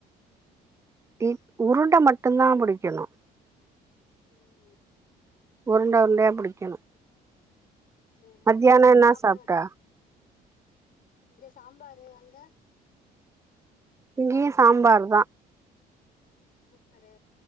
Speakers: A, on the right; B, on the left.
A: டி உருண்ட மட்டு தா புடிக்கணு
B: ம்
A: உருண்ட உருண்டயா புடிக்கனு
B: சேரி
A: மத்யான
B: சேரி
A: என்னா
B: சாப்புடுங்க
A: சாப்ட
B: இங்க சாம்பாரு அங்க
A: இங்கியு சாம்பார் தா
B: சூப்பரு